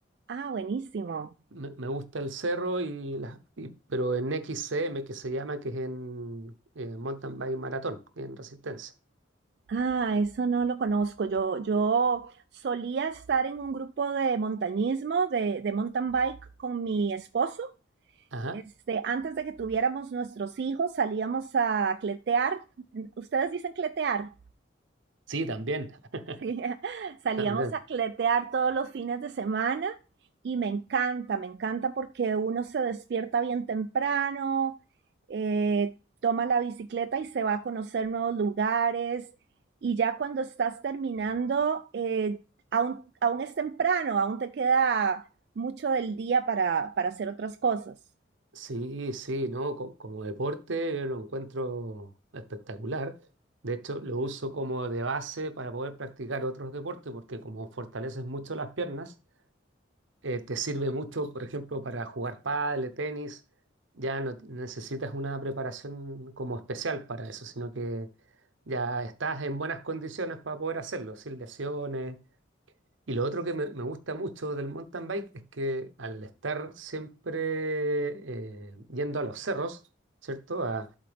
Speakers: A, on the right; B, on the right.
A: Ah, buenísimo.
B: Me, me gusta el cerro, y, las- y- pero en XCM, que se llama, que es en eh, mountain bike maratón, en resistencia.
A: Ah, eso no lo conozco. Yo, yo solía estar en un grupo de montañismo, de, de mountain bike con mi esposo.
B: Ajá.
A: Este, antes de que tuviéramos nuestros hijos, salíamos a cletear. ¿Ustedes dicen cletear?
B: Sí, también. <laughs>
A: Sí, <laughs> salíamos
B: También.
A: a cletear todos los fines de semana y me encanta, me encanta porque uno se despierta bien temprano, eh, toma la bicicleta y se va a conocer nuevos lugares y ya cuando estás terminando, eh, aún, aún es temprano, aún te queda mucho del día para, para hacer otras cosas.
B: Sí, sí, no, co- como deporte yo lo encuentro espectacular. De hecho, lo uso como de base para poder practicar otros deportes, porque como fortaleces mucho las piernas, eh, te sirve mucho, por ejemplo, para jugar pádel, tenis. Ya no t- necesitas una preparación como especial para eso, sino que ya estás en buenas condiciones para poder hacerlo, sin lesiones. Y lo otro que me, me gusta mucho del mountain bike es que al estar siempre eh, yendo a los cerros, ¿cierto? A-